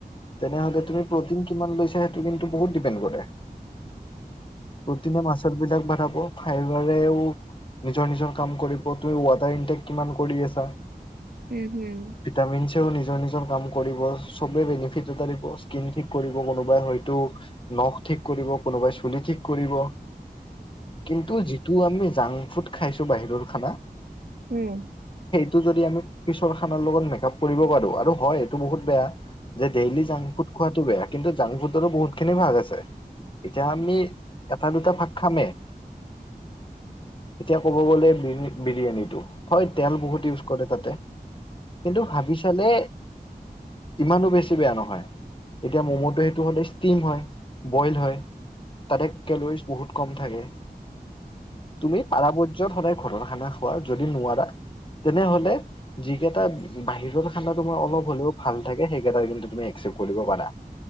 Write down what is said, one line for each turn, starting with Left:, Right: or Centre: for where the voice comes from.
Left: তেনেহলে তুমি প্ৰ- কিমান লৈছা সেইটো কিন্তু বহুত ডিপেন্ড কৰে প্ৰটিনে মাছৰ বিলাক ভাৰাব ত ফাইবাৰেও নিজৰ নিজৰ কাম কৰিব, তুমি ৱাটাৰ ইনটেক কিমান কৰি আছা।
Right: উম হুম।
Left: ভিটামিনছেও নিজৰ নিজৰ কাম কৰিব চবে বেনিফিত দিব, স্ত্ৰিণ ঠিক কৰিব কোনোবাই হয়তো নখ ঠিক কৰিব কোনোবাই চুলি ঠিক কৰিব। কিন্তু যিটো আমি জাংক ফুড খাইছো বাহিৰৰ খানা।
Right: উম।
Left: সেইটো যদি আমি পিছৰ খানাৰ লগত মেকআপ কৰিব পাৰো আৰু হয় এইটো বহুত বেয়া। যে ডেইলি জাংক ফুড খোৱাটো বেয়া কিন্তু জাংক ফুডৰো বহুতখিনি ভাগ আছে। এতিয়া আমি এটা দুটা ভাগ খামে। এতিয়া কব গ'লে বিৰি বিৰিয়ানীটো হয় তেল বহুত ইউজ কৰে তাতে। কিন্তু ভাবি চালে ইমানো বেছি বেয়া নহয়। এতিয়া মম'টো সেইটো মানে ষ্টিম হয়, বইল হয় তাতে কেলৰিজ বহুত। কম থাকে, তুমি পাৰাপৰ্যত সদায় ঘৰৰ খানা খোৱা যদি নোৱাৰা তেনেহলে যিকেইটা বাহিৰৰ খানা তোমাৰ ত অলপ হলেও ভাল থাকে সেইকেইটা কিন্তু একচেপ্ট কৰিব পাৰা।